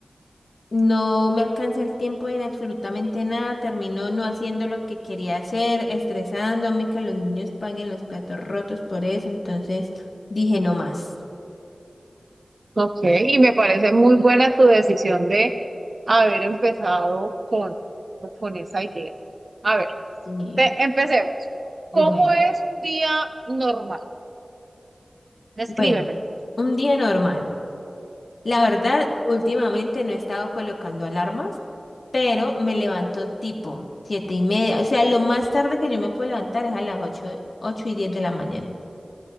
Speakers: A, on the left; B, on the right.
A: no me alcanza el tiempo en absolutamente nada. Termino no haciendo lo que quería hacer, estresándome que los niños paguen los platos rotos por eso. Entonces dije no más.
B: Ok, y me parece muy buena tu decisión de haber empezado con, con esa idea. A ver,
A: Y
B: te- empecemos. ¿Cómo
A: bueno,
B: es un día normal? Descríbeme.
A: bueno, un día normal. La verdad, últimamente no he estado colocando alarmas, pero me levanto tipo siete y media. O sea, lo más tarde que yo me puedo levantar es a las ocho, ocho y diez de la mañana.